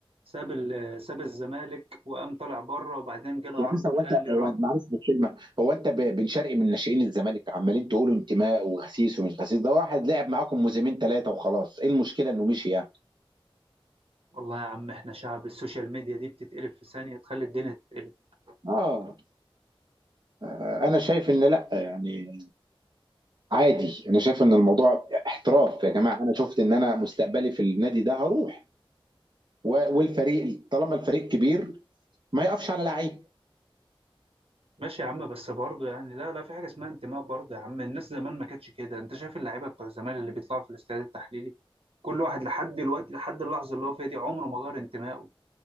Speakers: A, on the right; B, on the right.
A: ساب ال- ساب الزمالك وقام طلع بره وبعدين جاله
B: يا
A: عرض
B: باشا
A: من
B: هو
A: الاهلي
B: انت هو
A: راح
B: معلش بالكلمه هو انت ب- بن شرقي من ناشئين الزمالك عمالين تقولوا انتماء وغسيس ومش غسيس ده واحد لعب معاكم موسمين ثلاثه وخلاص ايه المشكله انه مشي يعني
A: والله يا عم احنا شعب السوشيال ميديا دي بتتقلب في ثانية تخلي الدنيا تتقلب
B: اه انا شايف ان لا يعني عادي انا شايف ان الموضوع احتراف يا جماعه انا شفت ان انا مستقبلي في النادي ده هروح و- والفريق طالما الفريق كبير ما يقفش على لعيب
A: ماشي يا عم بس برضه يعني لا لا في حاجة اسمها انتماء برضه يا عم الناس زمان ما كانتش كده انت شايف اللعيبة بتوع زمان اللي بيطلعوا في الاستاد التحليلي كل واحد لحد دلوقتي لحد اللحظة اللي هو فيها دي عمره ما غير انتمائه